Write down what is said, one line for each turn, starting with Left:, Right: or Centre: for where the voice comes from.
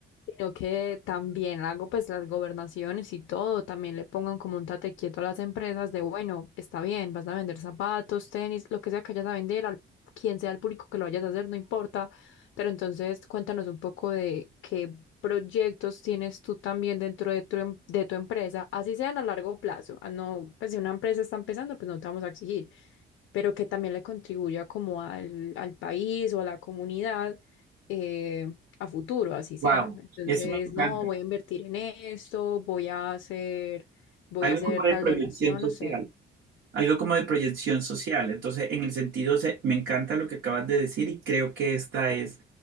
Left: sino que también hago pues las gobernaciones y todo, también le pongan como un tate quieto a las empresas de, bueno, está bien, vas a vender zapatos, tenis, lo que sea que vayas a vender, al quien sea el público que lo vayas a hacer, no importa, pero entonces cuéntanos un poco de qué proyectos tienes tú también dentro de tu, em- de tu empresa, así sean a largo plazo, ah, no, pues si una empresa está empezando, pues no te vamos a exigir, pero que también le contribuya como al, al país o a la comunidad eh, a futuro, así
Right: Wow,
Left: sea. Entonces,
Right: eso me encanta.
Left: no, voy a invertir en esto, voy a hacer, voy
Right: Algo
Left: a hacer
Right: como de
Left: tal
Right: proyección
Left: donación,
Right: social.
Left: no sé.
Right: algo como de proyección social. Entonces, en el sentido, se- me encanta lo que acabas de decir y creo que esta es